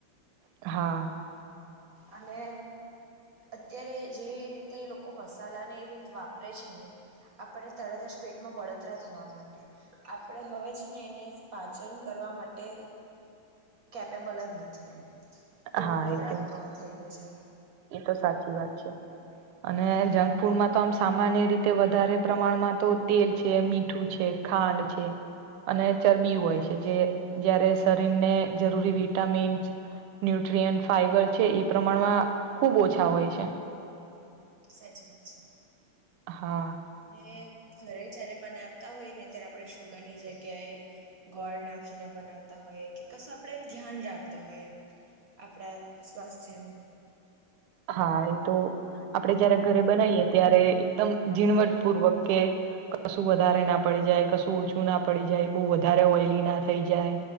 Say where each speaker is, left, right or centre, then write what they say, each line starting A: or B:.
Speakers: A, on the right (about 80°); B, on the right (about 60°).
A: હા.
B: અને અત્યારે જે રીતે એ લોકો મસાલાને એ રીત વાપરે છે, ને આપણને તરત જ પેટમાં બળતરા થવા માંડે આપણે હવે છે, ને એને પાચન કરવા માટે કેપેબલ જ નથી એમ એવો
A: હા
B: ખોરાક
A: એ તો
B: થઈ ગયો છે.
A: એ તો સાચી વાત છે. અને જંક ફૂડમાં તો આમ સામાન્ય રીતે વધારે પ્રમાણમાં તો તેલ છે, મીઠું છે. ખાંડ છે. અને ચરબી હોય છે, જે જ્યારે શરીરને જરૂરી વિટામિન્સ ન્યુટ્રીયન ફાઈબર છે, એ પ્રમાણમાં ખૂબ ઓછા હોય છે.
B: સાચી વાત છે.
A: હા.
B: ને ઘરે જયારે બનાવતા હોય ને ત્યારે આપણે શુગર ની જગ્યાએ ગોળ નાખીને બનાવતા હોય કે કશું આપણેે એમ ધ્યાન રાખતા હોયએ એમ આપણા સ્વાસ્થ્યનું
A: હા એ તો આપડે જયારે ઘરે બનાવીએ ત્યારે એકદમ ઝીણવટ પૂર્વક કે કશું વધારે ના પડી જાય કશું ઓછું ના પડી જાય બહુ વધારે ઓઈલી ના થઈ જાય